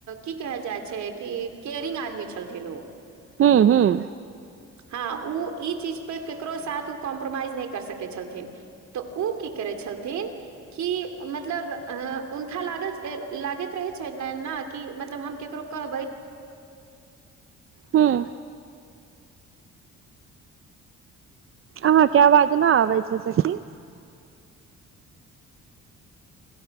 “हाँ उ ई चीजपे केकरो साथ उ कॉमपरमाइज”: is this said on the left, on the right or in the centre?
Right